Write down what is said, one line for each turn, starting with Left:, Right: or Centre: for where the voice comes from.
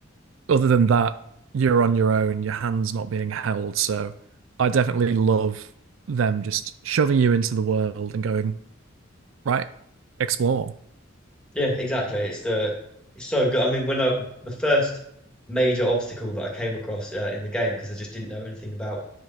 Right: other than that you're on your own your hands not being held so I definitely love them just shoving you into the world and going right explore
Centre: Yeah, exactly. It's the it's so good. I mean, when I the first major obstacle that I came across uh, in the game because I just didn't know anything about